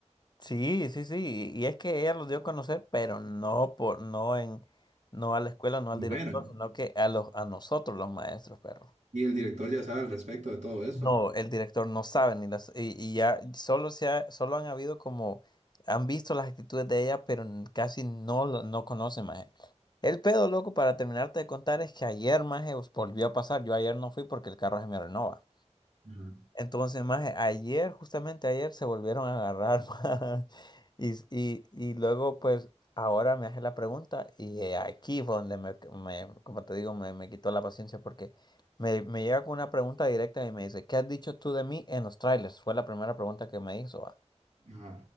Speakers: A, on the left; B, on the right.
A: sí, sí, sí, y es que ella los dio a conocer, pero no por, no en, no a la escuela, no al
B: Bueno,
A: director, sino que a los, a nosotros los maestros, perro.
B: y el director ya sabe al respecto de todo eso.
A: No, el director no sabe ni las y, y ya solo se ha- solo han habido como han visto las actitudes de ella, pero n- casi no lo- no conocen más. El pedo loco para terminarte de contar es que ayer más volvió a pasar. Yo ayer no fui porque el carro se me renova.
B: Ajá,
A: Entonces, más ayer, justamente ayer, se volvieron a agarrar, <laughs> maje. Y, y, y luego, pues, ahora me hace la pregunta y eh, aquí fue donde me, me- como te digo, me, me quitó la paciencia porque me, me llega con una pregunta directa y me dice, ¿qué has dicho tú de mí en los trailers? Fue la primera pregunta que me hizo, va.
B: ajá,